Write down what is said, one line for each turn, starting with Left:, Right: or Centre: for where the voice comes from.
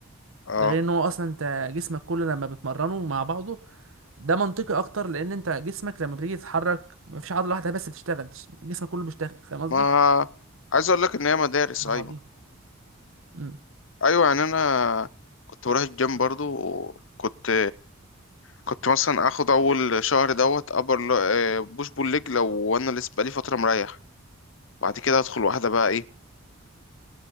Left: اه
Right: ده غير ان هو اصلا انت جسمك كله لما بتمرنه مع بعضه ده منطقي اكتر لان انت جسمك لما بتيجي تتحرك مفيش عضله واحده بس بتشتغل جسمك كله بيشتغل فاهم قصدي
Left: ما عايز اقول لك ان هي مدارس
Right: مع
Left: ايوه
Right: بعضيهم امم
Left: ايوه يعني انا كنت بروح الجيم برضو وكنت كنت مثلا اخد اول شهر دوت ابر بوش بول ليج لو انا لسه بقالي فتره مريح بعد كده ادخل واحده بقى ايه